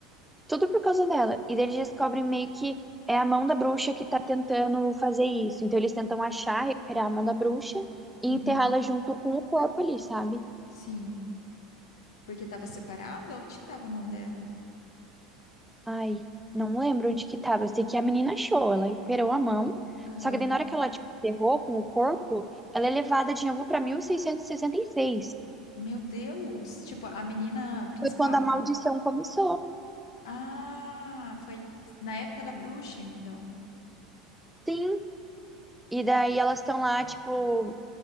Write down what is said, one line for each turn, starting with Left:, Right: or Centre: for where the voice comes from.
Centre: Tudo por causa dela. E daí eles descobrem meio que é a mão da bruxa que tá tentando fazer isso. Então eles tentam achar, recuperar a mão da bruxa e
Left: Uhum,
Centre: enterrá-la junto com o corpo ali, sabe?
Left: sim. Porque tava separado? Onde que tava a mão dela?
Centre: Ai, não lembro onde que tava. Eu sei que a menina achou, ela recuperou a mão.
Left: Aham.
Centre: Só que daí na hora que ela tipo, enterrou com o corpo, ela é levada de novo pra 1666.
Left: Meu Deus! Tipo, a menina principal.
Centre: Foi quando a maldição começou.
Left: Ah, foi na época da bruxa, então.
Centre: Sim. E daí elas estão lá, tipo,